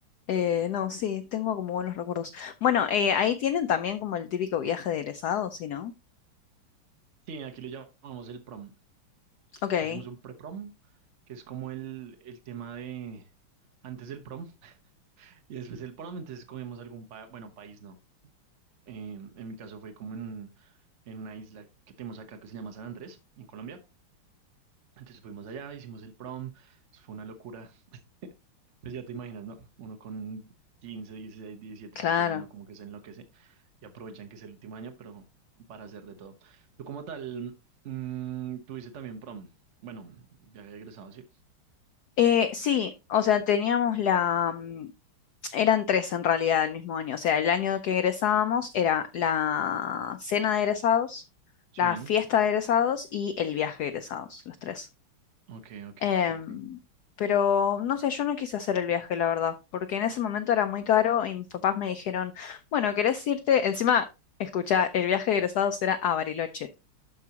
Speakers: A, on the left; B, on the right.
A: Eh, no, sí, tengo como buenos recuerdos. Bueno, eh, ahí tienen también como el típico viaje de egresados, ¿sí, no?
B: Sí, aquí le llamamos el prom.
A: Ok,
B: Hacemos un pre-prom, que es como el, el tema de antes del prom. Y después él probablemente escogemos algún país, bueno, país no. Eh, en mi caso fue como en, en una isla que tenemos acá que se llama San Andrés, en Colombia. Entonces fuimos allá, hicimos el prom, eso fue una locura. <laughs> Pues ya te imaginas, ¿no? Uno con quince dieciséis diecisiete
A: claro.
B: pues todo el mundo como que se enloquece y aprovechan que es el último año, pero para hacer de todo. Tú como tal, mm, tuviste también prom. Bueno, ya había egresado, sí.
A: Eh, sí, o sea, teníamos la... mm, Eran tres en realidad el mismo año. O sea, el año que egresábamos era la cena de egresados,
B: Chen.
A: la fiesta de egresados y el viaje de egresados, los tres.
B: Ok, ok,
A: Em,
B: ok, ok.
A: pero no sé, yo no quise hacer el viaje, la verdad, porque en ese momento era muy caro y mis papás me dijeron, bueno, ¿querés irte? Encima, escucha, el viaje de egresados era a Bariloche,